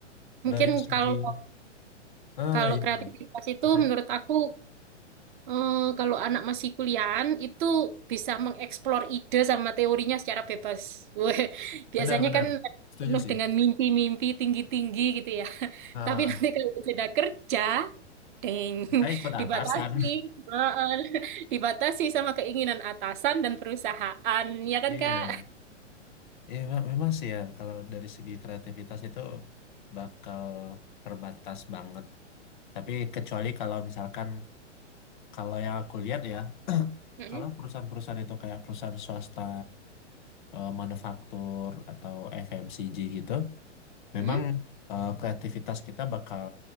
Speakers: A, on the right; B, on the left.
A: Mungkin
B: dari segi,
A: kalau
B: ah
A: Kalau
B: iya,
A: kreativitas
B: iya.
A: itu
B: bisa
A: menurut aku eh, kalau anak masih kuliahan itu bisa mengeksplor ide sama teorinya secara bebas. <laughs> Weh, biasanya
B: benar-benar
A: kan
B: setuju
A: penuh
B: sih.
A: dengan mimpi-mimpi tinggi-tinggi gitu ya. <laughs>
B: Ah,
A: Tapi nanti kalau sudah kerja, deng,
B: kita
A: <laughs>
B: ikut
A: dibatasi,
B: atasan,
A: Heeh, <laughs> dibatasi sama keinginan atasan dan perusahaan, ya kan
B: <laughs> iya.
A: Kak?
B: Ya, me- memang sih ya kalau dari segi kreativitas itu bakal terbatas banget. Tapi kecuali kalau misalkan kalau yang aku lihat ya, <clears throat>
A: Mm-mm,
B: kalau perusahaan-perusahaan itu kayak perusahaan swasta eh, manufaktur atau FMCG gitu, memang
A: mm-mm,
B: eh, kreativitas kita bakal